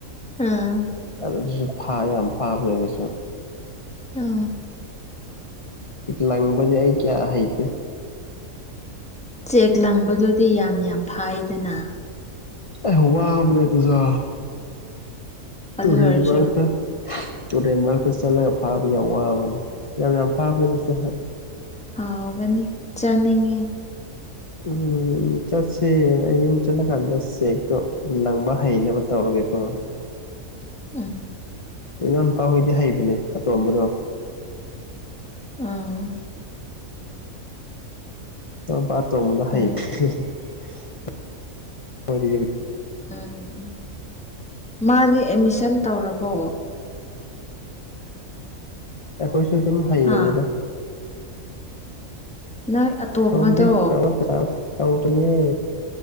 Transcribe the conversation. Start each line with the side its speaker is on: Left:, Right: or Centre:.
Centre: ꯑꯥ
Left: ꯑꯗꯨꯁꯨ ꯐꯥ ꯌꯥꯝ ꯐꯕꯅꯦ ꯑꯗꯨꯁꯨ
Centre: ꯑꯥ
Left: ꯂꯪꯕꯗꯤ ꯑꯩ ꯀꯌꯥ ꯍꯩꯇꯦ
Centre: ꯆꯦꯛ ꯂꯪꯕꯗꯨꯗꯤ ꯌꯥꯝ ꯌꯥꯝ ꯐꯥꯏꯗꯅ
Left: ꯑꯦ ꯋꯥꯕꯅꯦ ꯑꯗꯨꯖꯣ
Centre: ꯑꯗꯨ
Left: ꯇꯨꯔꯦꯜ
Centre: ꯑꯣꯏꯔꯁꯨ
Left: ꯃꯔꯛꯇ ꯇꯨꯔꯦꯜ ꯃꯔꯛꯇ ꯆꯠꯂꯒ ꯐꯥꯕ ꯌꯥꯝ ꯋꯥꯕꯅꯤ ꯌꯥꯝ ꯌꯥꯝ ꯐꯥꯕꯅꯦꯁꯨ ꯍꯦꯛ
Centre: ꯍꯥꯎꯒꯅꯤ ꯆꯅꯤꯡꯌꯦ
Left: ꯎꯝ ꯆꯠꯁꯦ ꯑꯩ ꯌꯨꯝ ꯆꯠꯂꯀꯥꯟꯗ ꯆꯦꯛꯇꯣ ꯂꯪꯕ ꯍꯩꯅꯕ ꯇꯧꯔꯒꯦ ꯀꯣ
Centre: ꯎꯝ
Left: ꯏꯅꯥꯎ ꯅꯨꯨꯄꯥ ꯍꯣꯏꯗꯤ ꯍꯩꯕꯅꯦ ꯑꯇꯣꯝꯕꯗꯣ
Centre: ꯑꯥ
Left: ꯏꯅꯥꯎꯄ ꯑꯇꯣꯝꯕꯗꯣ
Centre: ꯈꯪꯗꯦ
Left: ꯍꯥꯏꯕꯅꯦ
Centre: ꯎꯝ ꯃꯥꯅꯦ ꯑꯦꯠꯃꯤꯁꯟ ꯇꯧꯔꯕꯣ
Left: ꯑꯈꯣꯢꯁꯨ ꯑꯗꯨꯝ ꯍꯩꯒꯅꯤꯗ
Centre: ꯑꯥ ꯅꯪ ꯑꯇꯣꯝꯕꯗꯣ
Left: ꯇꯩꯗ꯭ꯔꯤ ꯇꯧꯔꯣꯏ ꯄꯩꯁꯥ ꯂꯩꯇꯦ ꯇꯧꯗ꯭ꯔꯤꯌꯦ